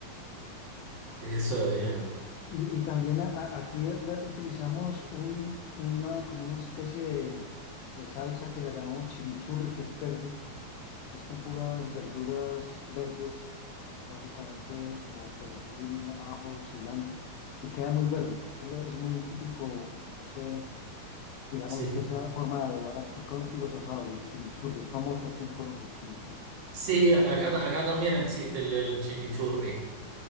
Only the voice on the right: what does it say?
Eso es,
sí.
Sí, acá, ta- acá también existe el, el chimichurri.